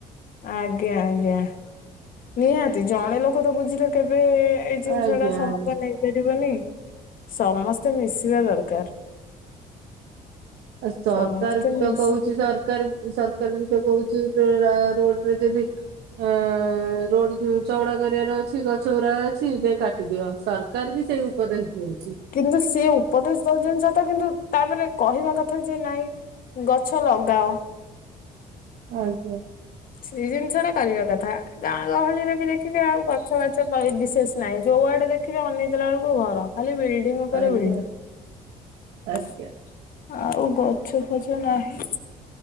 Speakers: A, on the left (about 60°); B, on the right (about 80°).
A: ଆଜ୍ଞା ଆଜ୍ଞା ନିହାତି ଜଣେ ଲୋକ ତ ବୁଝିଲେ କେବେ ଏଇ ଜିନିଷ
B: ଆଜ୍ଞା
A: ଟା ସମାଧାନ
B: ଆଜ୍ଞା।
A: ନେଇପାରିବନି। ସମସ୍ତେ ମିସିବା ଦରକାର।
B: ସରକାର
A: ସମସ୍ତେ
B: ବି
A: ମିଶି
B: ତ କହୁଚି ସରକାର ସରକାର ବି ତ କହୁଚି ରୋଡରେ ଯଦି ଅ <unintelligible> ରୋଡ ଚଉଡା କରିବାର ଅଛି, ଗଛ ଗୁୁରା ଅଛି ଦେଇ କାଟିଦିଅ ସରକାର ବି ସେଇ ଉପଦେଶ ଦୋ
A: କିନ୍ତୁ ସେ ଉପଦେଶ ଦର୍ଜନ ସହିତ କିନ୍ତୁ ତାପରେ କହିବା କଥା କଥା ଯେ ନାଇଁ ଗଛ ଲଗାଅ
B: ଆଜ୍ଞା
A: ସେଇ ଜିନିଷ ଟା କରିବା କଥା ଗାଁ ଗହଳିରେ ବି ଦେଖିବେ ଆଉ ଗଛ ବାଛ ବିଶେଷ ନାଇଁ ଯୋଉଆଡେ ଦେଖିବି ଅନି ଜଲା ବେଳକୁ ଘର ତାଲେ ବିଲ୍ଡିଙ୍ଗ ଉପରେ
B: ଆଜ୍ଞା।
A: ବିଲ୍ଡିଙ୍ଗ
B: ଆଜ୍ଞା।
A: ଆଉ ଗଛ ଫଛ ନାହିଁ